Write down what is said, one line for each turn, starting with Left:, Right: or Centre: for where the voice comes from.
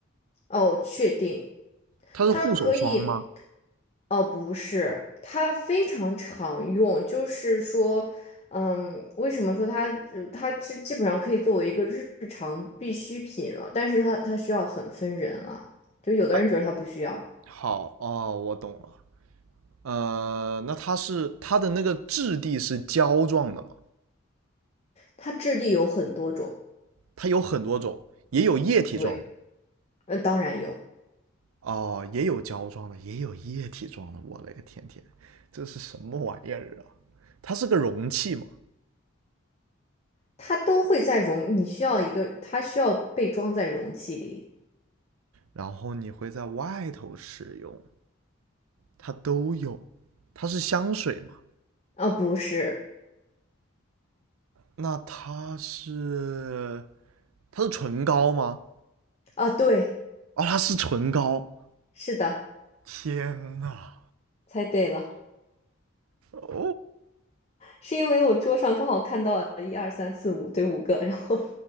Left: 哦，确定，
Right: 它是护手霜吗？
Left: 它可以，哦，不是，它非常常用，就是说，嗯，为什么说它，呃它基基本上可以作为一个日常必需品了，但是它它需要很分人啊，就有的人觉得它不需要，
Right: 哎，好哦，我懂了。呃，那它是它的那个质地是胶状的嘛？
Left: 它质地有很多种，
Right: 它有很多种，也有液体状的
Left: 对，呃，当然有，
Right: 哦，也有胶状的，也有液体状的。我勒个天天，这是什么玩意儿啊？它是个容器嘛，
Left: 它都会在容，你需要一个，它需要被装在容器里，
Right: 然后你会在外头使用，它都有。它是香水嘛？
Left: 啊，不是，
Right: 那它是它是唇膏吗？
Left: 啊，对，
Right: 哦，它是唇膏。
Left: 是的，
Right: 天呐！
Left: 猜对了。
Right: 哦
Left: 是因为我桌上刚好看到了一二三四五，对，五个，然后